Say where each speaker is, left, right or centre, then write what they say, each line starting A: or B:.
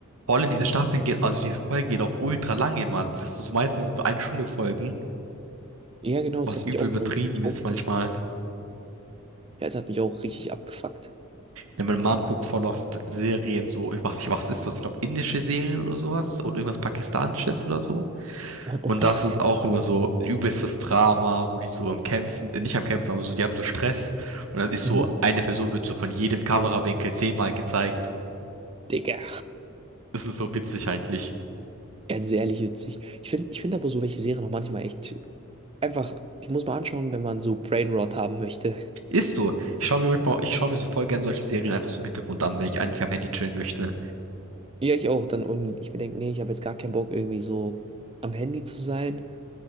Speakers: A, on the right; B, on the right.
A: Vor allem diese Staffeln gehen, also diese Folgen gehen auch ultra lange, Mann. Das sind so meistens eine Stunde Folgen,
B: Ja, genau,
A: was
B: es hat
A: übel
B: mich auch
A: übertrieben
B: mal richtig
A: ist
B: aufgeregt.
A: manchmal.
B: Ja, es hat mich auch richtig abgefuckt.
A: Ja, meine Mom guckt voll oft Serien, so, ich weiß nicht, was ist das? Ich glaube, indische Serien oder sowas oder irgendwas Pakistanisches oder so.
B: What the
A: Und
B: fuck?
A: das ist auch
B: <laughs>
A: immer so ein übelstes Drama, wo die so am Kämpfen, äh, nicht am Kämpfen, aber so, die haben so Stress. Und dann ist
B: Mhm.
A: so, eine Person wird so von jedem Kamerawinkel zehnmal gezeigt.
B: Digga.
A: Das ist so witzig eigentlich.
B: Ja, das ist ehrlich witzig. Ich finde ich find aber so welche Serien auch manchmal echt einfach, die muss man anschauen, wenn man so Brain Rot haben möchte.
A: Ist so. Ich schaue mir manchmal, ich schaue mir so voll gern solche Serien einfach so im Hintergrund an, wenn ich eigentlich am Handy chillen möchte.
B: Ja, ich auch dann. Und ich mir denke, nee, ich habe jetzt gar keinen Bock, irgendwie so am Handy zu sein.